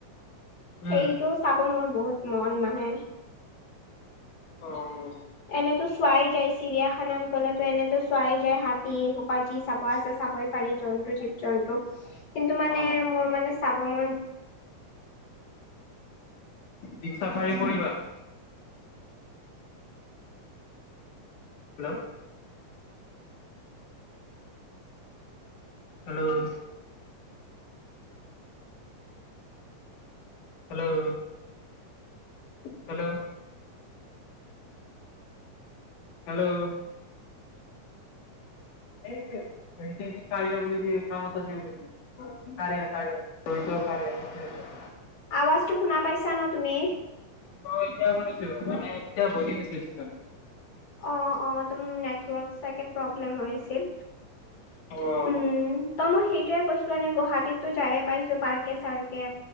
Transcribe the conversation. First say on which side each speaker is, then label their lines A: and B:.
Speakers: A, on the left; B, on the left.
A: সেইটো
B: উম
A: চাবৰ মোৰ বহুত মন মানে,
B: অ'
A: এনেটো চোৱাই যায়। চিৰিয়াখানাত গ'লেটো এনেটো চোৱাই যায়, হাতী সোপা যি চাব চাবই পাৰি জন্তু, জীৱ -জন্তু কিন্তু মানে
B: অ
A: মোৰ মানে চাব মন
B: জিপ চাফাৰী কৰিবা? Hello hello hello hello, hello <unintelligible> কাৰিয়া, কাৰিয়া ৰহিতৰ কাৰিয়া, সেইটোৱে।
A: আৱাজটো শুনা পাইছা ন তুমি?
B: অ' এতিয়া শুনিছোঁ মানে, তেতিয়া বজি গৈছিলে ভয়জটো।
A: অ' অ' তোমাৰ নেটৱৰ্ক চাগে প্ৰব্লেম হৈ আছিল।
B: অ',
A: উম ত মই সেইটোয়ে কৈছো এনে গুৱাহাটীতো যায়ে পাইছো পাৰ্কে চাৰ্কে